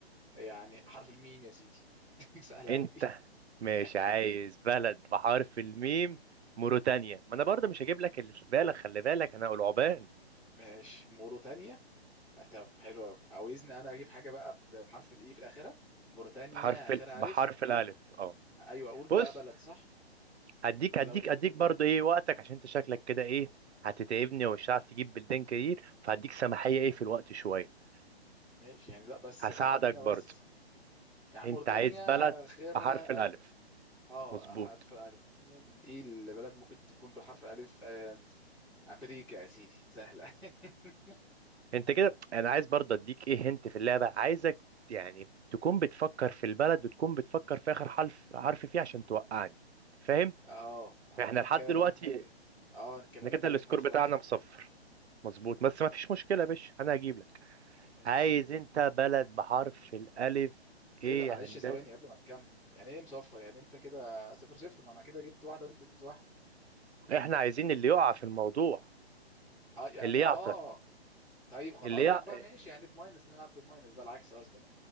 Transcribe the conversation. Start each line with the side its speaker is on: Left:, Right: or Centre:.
Centre: يعني حرف الميم يا سيدي <laughs> سهلة
Right: انت
Centre: أوي دي
Right: مش
Centre: <laughs>
Right: عايز بلد بحرف الميم موريتانيا ما انا برضه مش هجيب لك اللي في بالك خلي بالك انا هقول عوبان
Centre: ماشي موريتانيا آه، طب حلو أوي عاوزني أنا أجيب حاجة بقى بحرف الإي في الآخرة موريتانيا
Right: بحرف
Centre: آخرها
Right: ال... بحرف
Centre: ألف
Right: الالف اه
Centre: أيوه أقول بقى
Right: بص
Centre: بلد صح
Right: هديك
Centre: ولا
Right: هديك
Centre: أقول إيه
Right: هديك برضه ايه وقتك عشان انت شكلك كده ايه هتتعبني ومش هتعرف تجيب بلدان كتير فهديك سماحية ايه في الوقت شوية
Centre: م- ماشي يعني لا بس
Right: هساعدك
Centre: خلينا
Right: برضه
Centre: بس يعني
Right: انت
Centre: موريتانيا
Right: عايز بلد
Centre: آخرها
Right: بحرف الالف
Centre: ألف أه
Right: مظبوط
Centre: حرف الألف يعني إيه البلد ممكن تكون بالحرف الألف آه، أمريكا يا سيدي سهلة <laughs>
Right: انت كده انا عايز برضه اديك ايه هنت في اللعبة عايزك يعني تكون بتفكر في البلد وتكون بتفكر في اخر حرف حرف فيه عشان توقعني فاهم
Centre: أه أمريكا
Right: احنا لحد دلوقتي
Centre: اه اتكلمنا
Right: احنا كده
Centre: تاني
Right: السكور
Centre: في حرف
Right: بتاعنا
Centre: الألف
Right: مصفر مظبوط بس ما فيش مشكلة يا باشا انا هجيب لك
Centre: ماشي
Right: عايز انت بلد بحرف الالف ايه
Centre: ايه ده معلش
Right: يا هندسة
Centre: ثواني قبل ما تكمل يعني ايه مصفر يعني انت كده صفر صفر ما انا كده جبت واحده وانت جبت واحده
Right: احنا عايزين اللي يقع في الموضوع
Centre: اه يعني
Right: اللي
Centre: اه
Right: يعطل
Centre: طيب خلاص
Right: اللي
Centre: قصدك
Right: يع...
Centre: بقى ماشي يعني بماينس نلعب بماينس بقى العكس قصدك